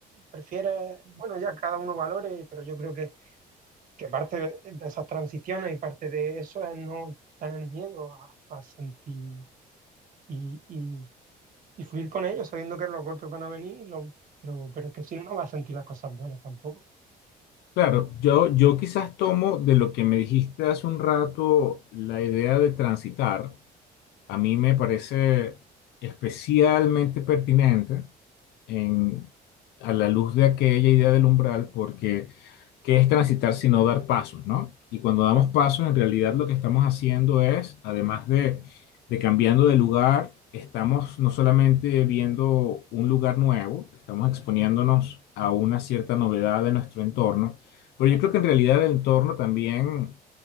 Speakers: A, on the right; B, on the left.
A: prefieres, bueno, ya cada uno valore, pero yo creo que que parte de, de esas transiciones y parte de eso es no tener miedo a, a sentir y, y- y fluir con ellos, sabiendo que los golpes van a venir, y lo- pero, pero es que si no, no vas a sentir las cosas buenas tampoco.
B: Claro, yo, yo quizás tomo de lo que me dijiste hace un rato la idea de transitar a mí me parece especialmente pertinente en, a la luz de aquella idea del umbral, porque ¿qué es transitar sino dar pasos, ¿no? Y cuando damos
A: Claro,
B: pasos, en realidad lo que estamos haciendo es, además de, de cambiando de lugar, estamos no solamente viendo un lugar nuevo, estamos exponiéndonos a una cierta novedad de nuestro entorno, pero yo creo que en realidad el entorno también